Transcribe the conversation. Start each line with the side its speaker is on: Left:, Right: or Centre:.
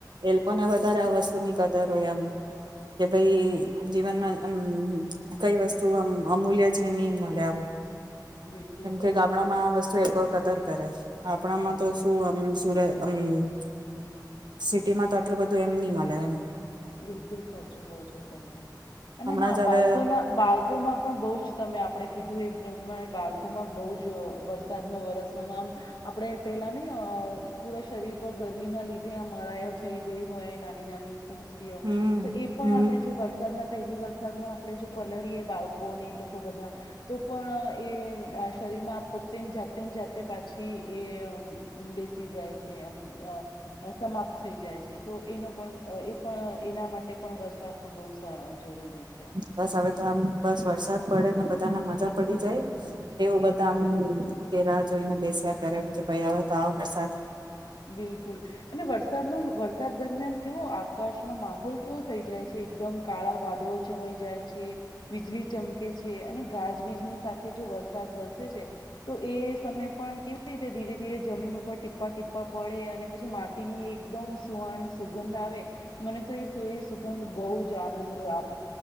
Right: એ લોકો ને વધારે આ વસ્તુની કદરો હોય એમ કે ભાઈ જીવનમાં અમ કઈ વસ્તુ આમ અમૂલ્ય છે ની મલે આમ.
Left: બિલકુલ
Right: કેમ
Left: સાચું
Right: કે ગામડામાં
Left: કહો છો
Right: આ વસ્તુ એક કદર તરસ. આપણામાં
Left: હા
Right: તો શું આમ સુર હમ. સિટીમાં તો આટલું બધું એમ ની મલે એમ.
Left: બિલકુલ સાચું કહો છો તમે. અને
Right: હમણાં
Left: હા
Right: જ
Left: બાળકોના
Right: હવે
Left: બાળકોમાં પણ બઉ જ તમે આપડે કીધું એ બાળકોમાં બઉ જ વરસાદમાં વરસવાનું આમ આપણે પેલા નહી અ પૂરા શરીર પર ગરમી ના લીધે આમ અળાઈઓ થઈ ગઈ હોય નાની નાની. તી ઓ
Right: હમ
Left: તો એ પણ
Right: હમ
Left: આપડે જો વરસાદના પહેલી વરસાદમાં આપડે જો પલળીએ બાળકોને એ લોકો બધા તો પણ એ શરીરમાં પોતેને જાતે ને જાતે પાછી એ બેસી જાય છે એમ સમાપ્ત થઈ જાય છે તો એનો પણ એ પણ એના માટે પણ વરસાદ તો બહુ સા જરૂરી છે
Right: બસ હવે તો આમ બસ વરસાદ પડેને બધા ના મજા પડી જાય એવું બધા આમ કે રાહ જોઈને બેસ્યા કરે એમ કે ભાઈ આવે તો વરસાદ.
Left: બિલકુલ અને વરસાદ નો વર સાદ દરમિયાન કેવો આકાશમાં માહોલ કેવો થઈ જાય છે એકદમ કાળા વાદળો છવાઈ જાય છે વીજળી ચમકે છે અને ગાજવીજની સાથે જો વરસાદ વરસે છે તો એ સમયે પણ કેવી રીતે ધીરે ધીરે જમીન ઉપર ટીપા ટીપ. પા પડે અને પછી માટીની એકદમ સુહાણી સુગંધ આવે મને તો એ સુ એ સુગંધ બઉ જ આનંદ આપ